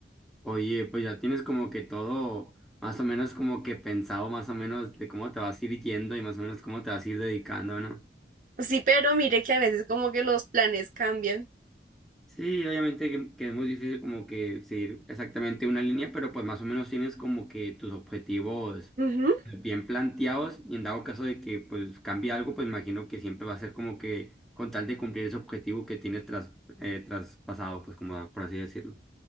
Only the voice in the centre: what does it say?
Oye, pues ya tienes como que todo más o menos como que pensado más o menos de cómo te vas a ir yendo y más o menos cómo te vas a ir dedicando, ¿no?
Sí, obviamente que, que es muy difícil como que seguir exactamente una línea, pero pues más o menos tienes como que tus objetivos
bien planteados y en dado caso de que pues cambie algo, pues imagino que siempre va a ser como que con tal de cumplir ese objetivo que tienes tras, eh, traspasado, pues como por así decirlo.